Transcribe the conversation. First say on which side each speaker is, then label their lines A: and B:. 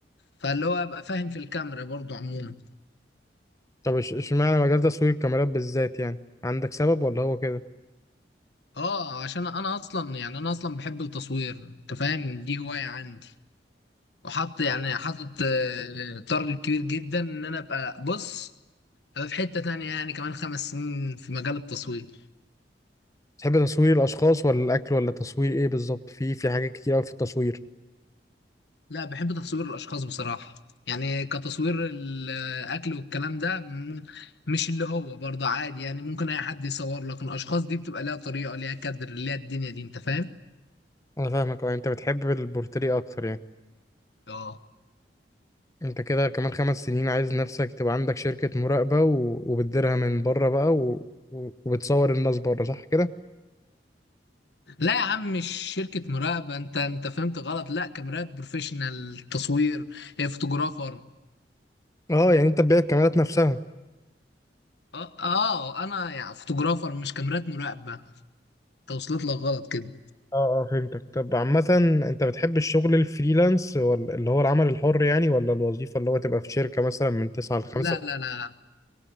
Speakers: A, on the left; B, on the left.
A: فاللي هو ابقى فاهم في الكاميرا برضو عموما
B: طب إش- اشمعنى مجال تصوير الكاميرات بالذات يعني عندك سبب ولا هو كده
A: اه عشان انا اصلا يعني انا اصلا بحب التصوير انت فاهم دي هوايه عندي وحط يعني حاطط آه، تارجت كبير جدا ان انا ابقى بص أبقى في حتة تانية يعني كمان خمس سنين في مجال التصوير
B: تحب تصوير الاشخاص ولا الاكل ولا تصوير ايه بالظبط في في حاجات كتير قوي في التصوير
A: لا بحب تصوير الاشخاص بصراحة يعني كتصوير الاكل والكلام ده م- مش اللي هو برضه عادي يعني ممكن اي حد يصور لك الاشخاص دي بتبقى ليها طريقة ليها كادر ليها الدنيا دي انت فاهم
B: انا فاهمك اه انت بتحب البورتري اكتر يعني
A: اه
B: انت كده كمان خمس سنين عايز نفسك تبقى عندك شركة مراقبة و... وبتديرها من بره بقى و... و- وبتصور الناس بره صح كده؟
A: لا يا عم مش شركة مراقبة انت انت فهمت غلط لا كاميرات بروفيشنال تصوير إيه، فوتوغرافر
B: اه يعني انت تبيع الكاميرات نفسها
A: اه آه، انا يعني فوتوغرافر مش كاميرات مراقبه توصلت لك غلط كده
B: اه اه فهمتك طب عامة انت بتحب الشغل الفريلانس ولا اللي هو العمل الحر يعني ولا الوظيفة اللي هو تبقى في شركة مثلا من تسعة لخمسة
A: لا لا لا